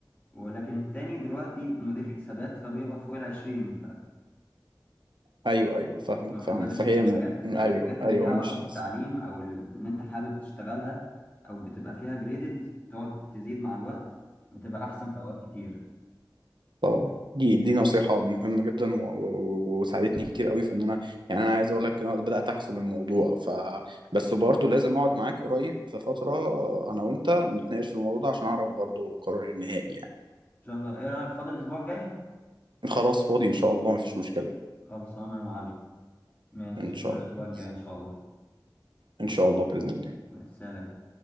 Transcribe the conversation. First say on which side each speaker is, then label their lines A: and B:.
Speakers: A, on the left; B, on the right.
A: ولكن التاني دلوقتي مدير حسابات فبيقبض فوق ال 20 ف
B: أيوه أيوه فاهمك
A: واخد
B: فاهمك
A: بالك
B: فهي
A: انت من
B: م...
A: الحاجات
B: أيوه
A: الحاجات اللي
B: أيوه
A: ليها علاقة
B: مش
A: بالتعليم او ال- ان انت حابب تشتغلها او بتبقى فيها جريدد بتقعد تزيد مع الوقت بتبقى احسن في اوقات كتير ان
B: طبعا دي دي نصيحة مهمة جدا و- و- وساعدتني كتير قوي في ان انا يعني انا عايز اقول لك ان انا بدأت احسم الموضوع ف بس برضه لازم اقعد معاك قريب في فترة انا وانت نتناقش في الموضوع ده عشان اعرف برضه قراري النهائي يعني
A: شاء الله ايه رأيك فاضل الاسبوع الجاي
B: خلاص فاضي ان شاء الله مفيش مشكلة
A: خلصانه يا معلم ماشي
B: ان
A: اشوفك
B: شاء
A: الاسبوع
B: الله
A: الجاي ان شاء الله
B: ان
A: ماشي.
B: شاء الله بإذن الله
A: مع السلامه